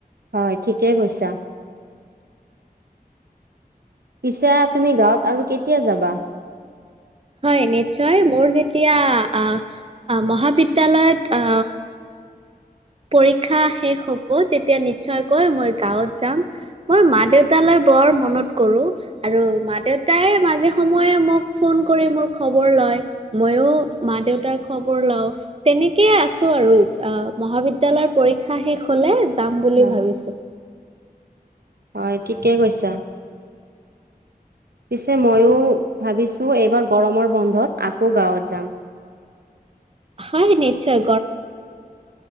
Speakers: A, on the right; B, on the right.
A: হয় ঠিকেই কৈছা পিছে তুমি গাঁৱত আৰু কেতিয়া যাবা
B: হয় নিশ্চয় মোৰ যেতিয়া মহাবিদ্যালয়ত পৰীক্ষা শেষ হ'ব তেতিয়া নিশ্চয়কৈ মই গাঁৱত যাম মই মা দেউতালৈ <unintelligible> বৰ মনত কৰো আৰু মা দেউতাই মাজে সময়ে মোক ফোন কৰি ম খ মইয়ো মা দেউতাৰ খবৰ লওঁ তেনেকে আছো আৰু আহ মহাবি্ <unintelligible> বিদ্যয়ালয়ৰ পৰীক্ষা শেষ হলে যাম বুলি
A: হয়
B: ভাবিছো
A: হয় ঠিকেই কৈছা পিছে ময়ো ভাবিছোঁ এইবাৰ গৰমৰ বন্ধত আকৌ গাঁৱত যাম
B: হয় নিশ্চয়।